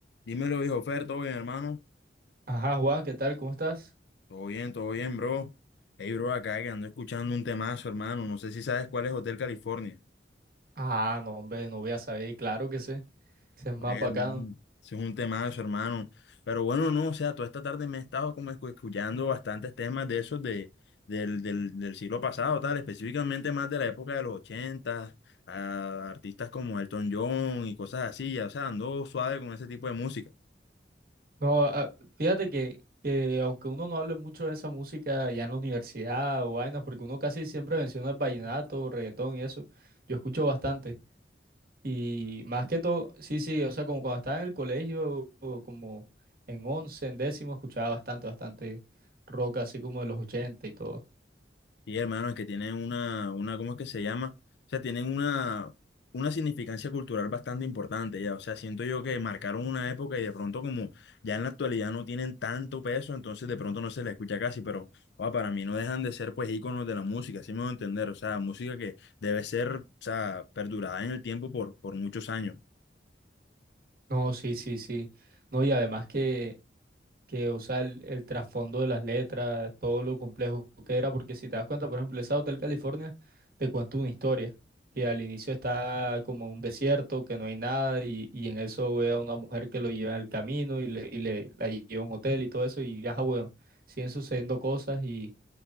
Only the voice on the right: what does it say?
Ajá, Juan, ¿qué tal? ¿Cómo estás?
Ah, no, hombre, no voy a saber, claro que sé, ese es más
bacano.
No, ah, fíjate que, que aunque uno no hable mucho de esa música ya en la universidad o vainas, porque uno casi siempre menciona el vallenato, reggaetón y eso, yo escucho bastante. Y más que todo, sí, sí, o sea, como cuando estaba en el colegio, o como en once, en décimo, escuchaba bastante, bastante rock, así como de los ochenta y todo.
No, sí, sí, sí. No, y además que que, o sea, el, el trasfondo de las letras, todo lo complejo que era, porque si te das cuenta, por ejemplo, esa Hotel California te cuenta una historia, que al inicio está como un desierto, que no hay nada, y, y en eso ve a una mujer que lo lleva en el camino y, le, y le, la lleva a un hotel y todo eso, y ajá, bueno, siguen sucediendo cosas y,